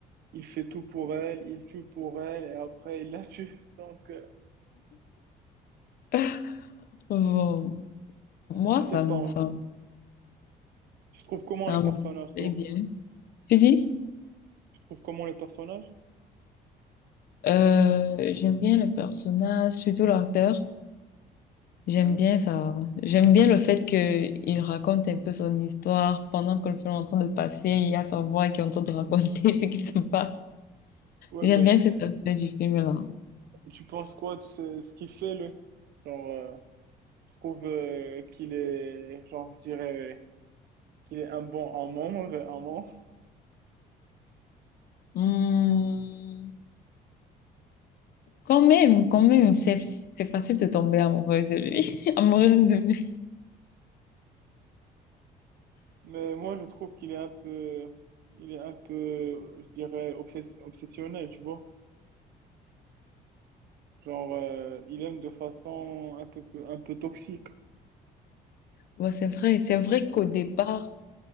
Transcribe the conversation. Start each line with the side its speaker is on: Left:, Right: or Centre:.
Right: il fait tout pour elle, il tue pour elle et après il la tue. <laughs> Donc euh,
Left: <laughs> Bon. Moi,
Right: je sais
Left: ça me,
Right: pas encore.
Left: ça, me-
Right: Tu trouves comment
Left: ça
Right: le personnage,
Left: me plaît
Right: toi?
Left: bien. tu dis,
Right: Tu trouves comment le personnage?
Left: euh, j'aime bien le personnage, surtout l'acteur. J'aime
Right: Ouais.
Left: bien ça. J'aime bien le fait qu'il raconte un peu son histoire pendant que le film est en train de passer. Il y a sa voix qui est en train de raconter <laughs> ce qui se passe.
Right: Ouais,
Left: J'aime
Right: mais
Left: bien cet
Right: euh,
Left: aspect du film-là.
Right: tu penses quoi de ce, ce qu'il fait, le Genre, euh, je trouve euh, qu'il est, genre, je dirais qu'il est un bon amant, mauvais amant.
Left: Hmm, Quand même, quand même, c'est c'est facile de tomber amoureuse de lui, <laughs> amoureuse de lui.
Right: Mais moi, je trouve qu'il est un peu, il est un peu, je dirais, obsess- obsessionnel, tu vois. Genre, euh, il aime de façon un peu, un peu toxique,
Left: Bon, c'est vrai, c'est vrai qu'au départ,